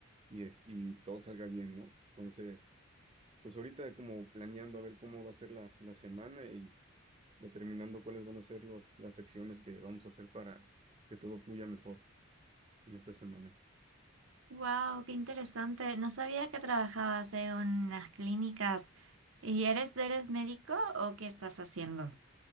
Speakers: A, on the right; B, on the right.
A: y, es, y todo salga bien, ¿no? Entonces, pues ahorita como planeando a ver cómo va a ser la, la semana y determinando cuáles van a ser los, las acciones que vamos a hacer para que todo fluya mejor en esta semana.
B: Wow, qué interesante. No sabía que trabajabas en unas clínicas. ¿Y eres, eres médico o qué estás haciendo?